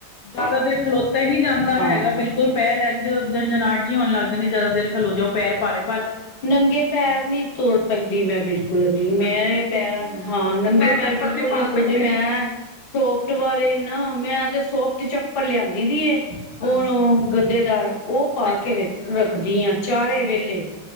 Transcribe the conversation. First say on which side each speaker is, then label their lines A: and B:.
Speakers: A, on the left; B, on the left.
A: ਜਾਦਾ ਦੇਰ ਖਲੋਤਾ ਈ ਨੀ ਜਾਂਦਾ
B: ਹਾਂ
A: ਹੈਗਾ ਬਿਲਕੁਲ ਪੈਰ ਐੰਜ ਜੰਜਨਾਹਟ ਜੀ ਹੋਣ ਲੱਗ ਜਾਂਦੀ ਜਾਦਾ ਦੇਰ ਖਲੋ ਜੋ ਪੈਰ ਪਾਰੇ
B: ਨੰਗੇ ਪੈਰ ਨੀ ਤੁਰ ਸਕਦੀ ਮੈਂ ਬਿਲਕੁਲ ਵੀ ਮੈ
A: ਅੱਛਾ
B: ਪੈਰਾਂ ਹਾਂ ਨੰਗੇ
A: ਤੇ ਮੈਂ
B: ਪੈਰ
A: ਚੱਪਲ
B: ਬਿਲਕੁਲ
A: ਪਾ
B: ਨੀ
A: ਸਕਦੀ।
B: ਜੇ ਮੈਂ ਸੋਫਟ ਵਾਲੇ ਨਾ ਮੈਂ ਤੇ ਸੋਫਟ ਚੱਪਲ ਲਿਆਂਦੀ ਦੀ ਏ
A: ਹਾਂਜੀ।
B: ਹੁਣ ਓ ਗੱਦੇਦਾਰ ਓ ਪਾ
A: ਅੱਛਾ
B: ਕੇ
A: ਅੱਛਾ।
B: ਵੇ ਰੱਖਦੀ ਆ ਚਾਰੇ
A: ਅੱਛਾ
B: ਵੇਲੇ